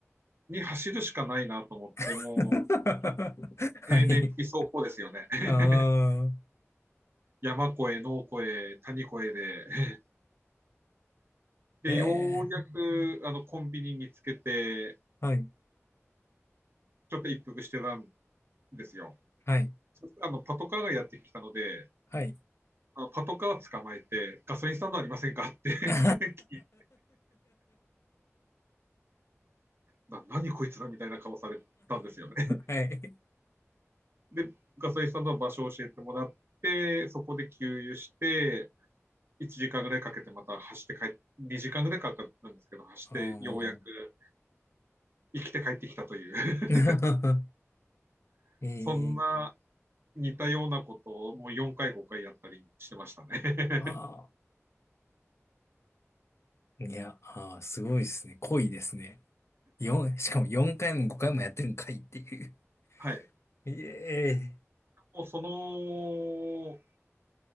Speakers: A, on the right (about 50°); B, on the left (about 60°).
A: に走るしかないなと思って、
B: <laughs>
A: もう、
B: は
A: もう平年期走行ですよね。
B: い。
A: <laughs>
B: ああ。
A: 山越え、農越え、谷越えで。<laughs> で、
B: ええ
A: ようやく、あの、コンビニ見つけて、
B: はい。
A: ちょっと一服してたんですよ。
B: はい。
A: そしたら、あの、パトカーがやってきたので、
B: はい。
A: あのパトカー捕まえて、ガソリンスタンドありませんかって <laughs>
B: <laughs> は
A: 聞いな何こいつだみたいな顔されたんですよね。
B: い。
A: で、ガソリンスタンドの場所を教えてもらって、そこで給油して、1時間ぐらいかけてまた走って帰って、2時間ぐらいかかったんですけど、走ってようやく
B: あー
A: 生きて帰ってきたという、
B: <laughs>
A: <laughs>
B: えー、
A: そんな似たようなことをもう4回、5回やったりしてましたね。
B: あ
A: <laughs>
B: ー、いや、あー、すごいですね。濃いですね。四しかも4回も5回もやってるんかいっていう。
A: はい。
B: いえー
A: もうその、